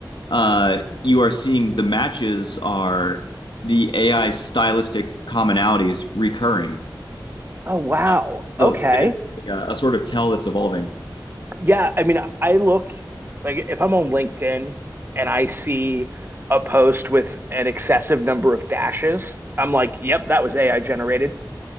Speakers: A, on the left; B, on the right.
A: uh, you are seeing the matches are the AI stylistic commonalities recurring.
B: Oh, wow.
A: Uh,
B: Okay.
A: So it is a, a sort of tell that's evolving.
B: Yeah. I mean, I look like if I'm on LinkedIn and I see a post with an excessive number of dashes, I'm like, yep, that was AI generated.